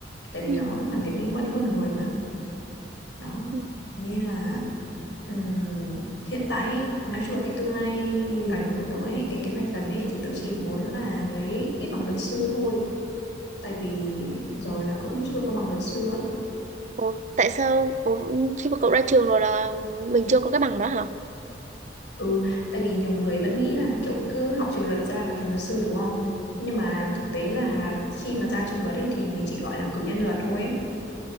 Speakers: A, on the left (about 85°); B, on the right (about 45°).
A: tại vì
B: ừ.
A: nó làm việc liên quan đến con người mà đó
B: Ừ.
A: thế nên là ừm, hiện tại ý, nói chung là cái tương lai gần của tớ ấy cái kế hoạch gần ấy thì tớ chỉ muốn là lấy cái bằng luật sư thôi tại vì rồi là cũng chưa có bằng luật sư á
B: Ủa, tại sao Ủa, khi mà cậu ra trường rồi là mình chưa có cái bằng đó hả
A: ừ tại vì nhiều người vẫn nghĩ là kiểu cứ học trường luật ra là thành luật sư đúng không nhưng mà thực tế là khi mà ra trường luật ấy thì mình chỉ gọi là cử nhân luật thôi ấy.